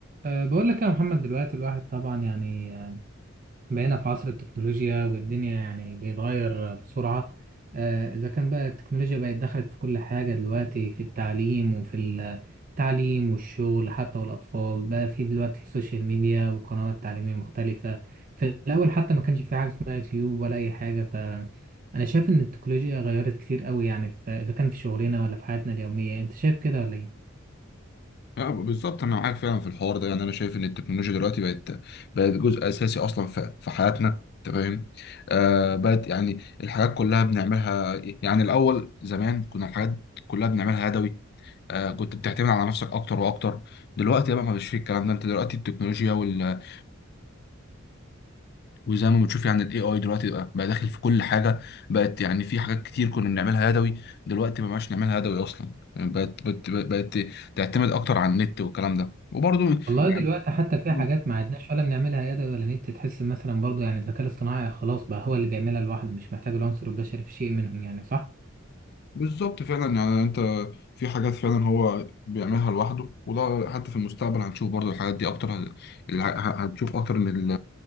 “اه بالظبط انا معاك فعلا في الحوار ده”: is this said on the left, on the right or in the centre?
Left